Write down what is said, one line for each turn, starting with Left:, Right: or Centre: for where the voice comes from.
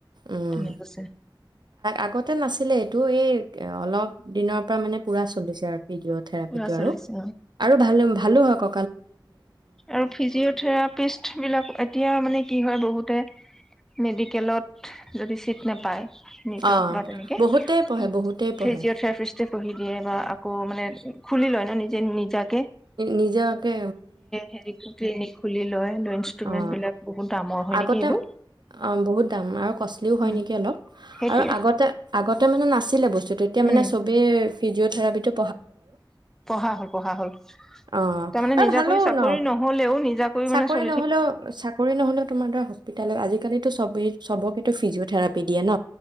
Right: উম
Centre: তেনেকে কৈছে
Right: আগতে নাছিলে এইটো এই অলপ দিনৰ পৰা মানে পোৰা চলিছে আৰু থেৰাপি
Centre: পুৰা
Right: টো
Centre: চলিছে
Right: আৰু, ভাল ভালো হয় ক
Centre: আৰু ফিজিঅথেৰাপিষ্ট বিলাক এতিয়া মানে কি হয় বহুতে মেডিকেলত যদি ছিট নাপায় নটত
Right: অ
Centre: বা তেনেকে
Right: বহুতেই
Centre: ফিজিঅ
Right: পঢ়ে বহুতেই পঢ়ে
Centre: থেৰাপিষ্টে পঢ়ি দিয়ে বা আকৌ মানে খুলি লয় ন যে নিজাক
Right: নিজেকে
Centre: হেৰি ক্লিনিক খুলি লয়। ইনষ্টোমেন্ত
Right: অ
Centre: বিলাক বহুত দামৰ হয়
Right: আগতে
Centre: নেকি এইবোৰ
Right: অ, বহুত দাম আৰু কষ্টলিও হয়
Centre: উম
Right: নেকি অলপ
Centre: সেইটোয়ে
Right: আৰু আগতে আগতে মানে নাছিলে বস্তু ত' তেতিয়া মানে
Centre: উম
Right: চবেই ফিজঅ'থেৰাপিটো
Centre: পঢ়া হ'ল পঢ়া হ'ল।
Right: অ
Centre: তাৰমানে
Right: আৰু
Centre: নিজাকৈ
Right: ভালো
Centre: চাকৰি
Right: ন
Centre: নহ'লেও নিজাকৈ
Right: চাকৰি
Centre: মানে চত
Right: নহ'লেও চাকৰি নহ'লেও তোমাৰ দ্বাৰা হস্পিতালয় আজিকালিটো চবেই। চবকেটো ফিজিঅ'থেৰাপি দিয়ে ন।